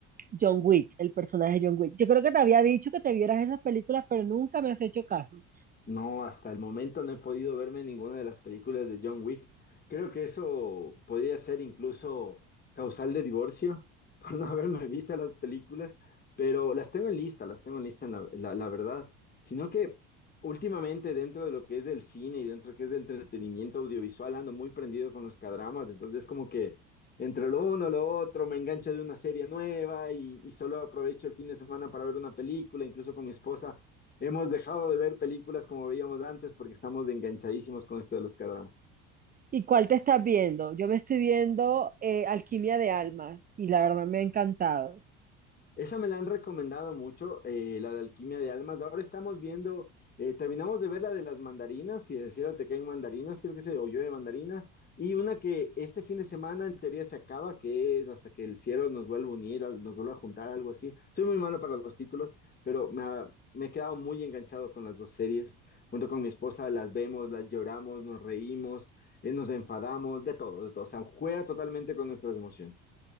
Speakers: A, on the right; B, on the left.
A: John Wick, el personaje de John Wick. Yo creo que te había dicho que te vieras esas películas, pero nunca me has hecho caso.
B: No, hasta el momento no he podido verme ninguna de las películas de John Wick. Creo que eso podría ser incluso causal de divorcio <laughs> por no haberme visto las películas, pero las tengo en lista, las tengo en lista en la, la- la verdad. Sino que últimamente dentro de lo que es el cine y dentro de lo que es el entretenimiento audiovisual ando muy prendido con los cadramas, entonces como que entre lo uno, lo otro, me engancho de una serie nueva y, y solo aprovecho el fin de semana para ver una película, incluso con mi esposa. Hemos dejado de ver películas como veíamos antes porque estamos enganchadísimos con esto de los k
A: ¿Y cuál te estás viendo? Yo me estoy viendo eh, Alquimia de Almas y la verdad me ha encantado.
B: Esa me la han recomendado mucho, eh, la de Alquimia de Almas. Ahora estamos viendo, eh, terminamos de ver la de las mandarinas, si del cielo te caen mandarinas, creo que se o llueve mandarinas, y una que este fin de semana en teoría se acaba, que es hasta que el cielo nos vuelva a unir, al- nos vuelva a juntar, algo así. Soy muy malo para los títulos, pero me, ha- me he quedado muy enganchado con las dos series. Junto con mi esposa las vemos, las lloramos, nos reímos, eh, nos enfadamos, de todo, de todo. O sea, juega totalmente con nuestras emociones.